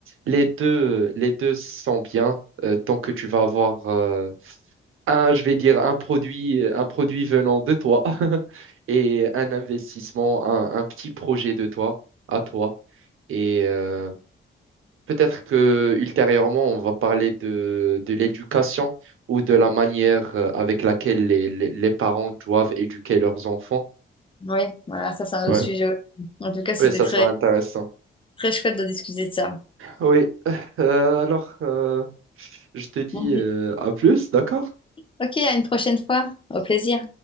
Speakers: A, on the right; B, on the left.
A: les deux, les deux sont bien. euh, tant que tu vas avoir euh, un, je vais dire, un produit, un produit venant de toi <laughs> et un investissement, un un petit projet de toi, à toi. Et euh, peut-être que ultérieurement, on va parler de, de l'éducation ou de la manière euh, avec laquelle les, les- les parents doivent éduquer leurs enfants.
B: Oui, voilà, ça, c'est un
A: Ouais.
B: autre sujet aussi. En tout cas, c'était
A: Oui, ça
B: très,
A: sera intéressant.
B: très chouette de discuter de ça.
A: Oui, <laughs> Euh, alors, euh, je te dis
B: Bon,
A: euh, à plus, d'accord?
B: ok, à une prochaine fois. Au plaisir.